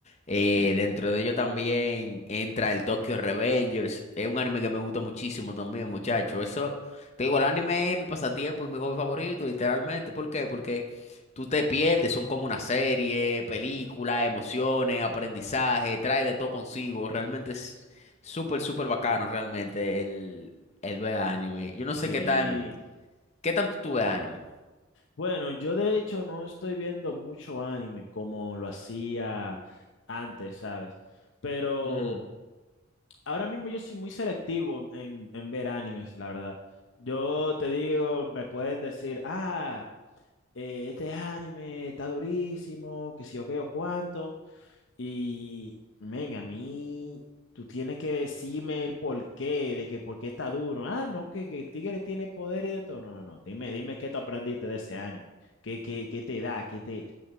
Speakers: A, on the left; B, on the left.
A: Eh,
B: Ok.
A: dentro de ello también entra el Tokyo Revengers. Es un anime que me gusta muchísimo también, muchacho. Eso, te digo, el anime es mi pasatiempo y mi hobby favorito, literalmente. ¿Por qué? Porque tú te pierdes, son como una serie, película, emociones, aprendizaje, trae de todo consigo. Realmente es súper, súper bacano, realmente. Él ve anime. Yo no
B: Sí.
A: sé qué tan, qué tanto tú ves anime.
B: Bueno, yo de hecho no estoy viendo mucho anime como lo hacía antes, ¿sabes? Pero
A: Ujú.
B: ahora mismo yo soy muy selectivo en, en ver animes, la verdad. Yo te digo, me pueden decir, ah, eh, este anime está durísimo, que si yo qué o cuánto. Y, men, a mí, tú tienes que decirme el porqué, de que por qué está duro. Ah, no, que, que el tigre tiene poder y de todo. No, no, no. Dime, dime qué tú aprendiste de ese anime. ¿Qué, qué, qué te da? ¿Qué te...